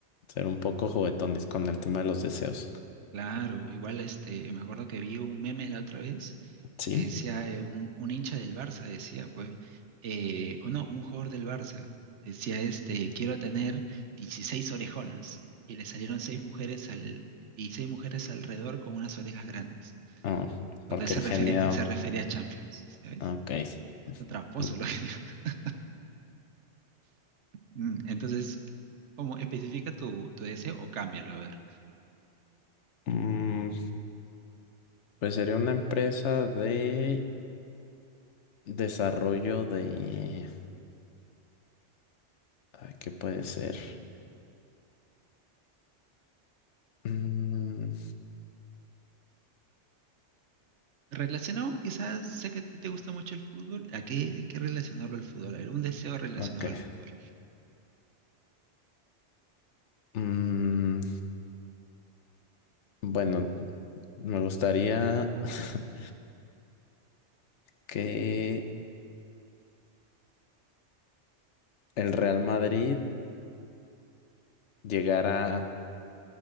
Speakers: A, on the left; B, on the right.
A: ser un poco juguetones con el tema de los deseos.
B: Claro, igual este, me acuerdo que vi un meme la otra vez
A: ¿Sí?
B: que decía eh, un, un hincha del Barça, decía, pues, eh, o no, un jugador del Barça, decía este, quiero tener 16 orejonas. Y le salieron seis mujeres al, 16 mujeres alrededor con unas orejas grandes.
A: Ah,
B: Cuando
A: porque
B: él se
A: el
B: refiere,
A: genio...
B: se refería a Champions, ¿ya ves?
A: Ok. <laughs>
B: Un tramposo lo que digo. <laughs> Mm, Entonces, ¿cómo especifica tu, tu deseo o cámbialo? A ver.
A: Mm, Pues sería una empresa de desarrollo de... ay, ¿qué puede ser? Mm,
B: Relacionado, quizás sé que a ti te gusta mucho el fútbol. ¿A qué hay que relacionarlo al fútbol? A ver, un deseo relacionado
A: ok.
B: al fútbol.
A: Mm, bueno, me gustaría <laughs> que el Real Madrid llegara...